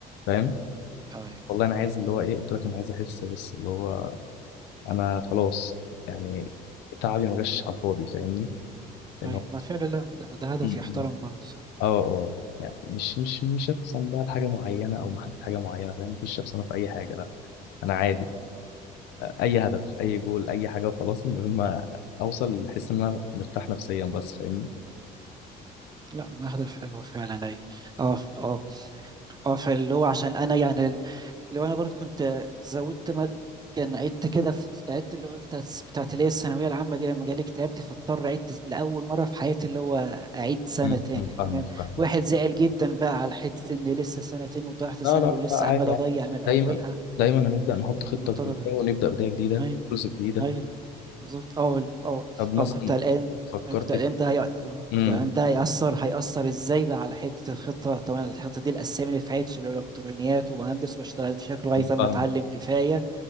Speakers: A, on the left; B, on the right.
A: فاهم
B: ايوه ايوه
A: والله انا عايز اللي هو ايه قلت لك انا عايز احس بس اللي هو انا خلاص يعني تعبي ما جاش على الفاضي فاهمني لان
B: طيب،
A: هو
B: ما فعلا لا لا، ده هدف
A: م-
B: يحترم
A: م.
B: برضه
A: اه اه يعني مش مش مش هخصم بقى لحاجه معينه او محدد حاجه معينه فاهم مفيش شخص انا في اي حاجه لا انا عادي اي هدف اي جول اي حاجه وخلاص المهم اوصل احس ان انا مرتاح نفسيا بس فاهمني
B: لا أهداف حلوة فعلا أي أه أه أه فاللي هو عشان أنا يعني لو أنا برضه كنت زودت مد... كان عدت كده في عدت اللي هو بتاعت بتاعت اللي هي الثانوية العامة دي لما جالي اكتئاب دي فاضطر عدت لأول مرة في حياتي اللي هو أعيد سنة
A: م-
B: تاني
A: م. فاهمك
B: المهم
A: فاهمك
B: واحد زعل جدا بقى على حتة إن لسه سنة تاني وضيعت سنة
A: لا لا
B: ولسه
A: لا
B: عمال
A: عادي يعني
B: أضيع من
A: دايما
B: أولها
A: دايما هنبدا نحط خطه
B: وترى
A: جديده
B: ده
A: ونبدا بدايه جديده
B: أيوه
A: جزء جديده
B: أيوه بالظبط اه ال- اه
A: طب مثلا
B: اه كنت قلقان
A: فكرت
B: أيوة، كنت قلقان ده هي... آه،
A: امم
B: كنت قلقان ده هيأثر هيأثر ازاي بقى على حتة الخطة طبعا الخطة دي الأسامي اللي في عيتش اللي هو الإلكترونيات ومهندس واشتغل في شكل لغاية ما
A: فاهم
B: أتعلم كفاية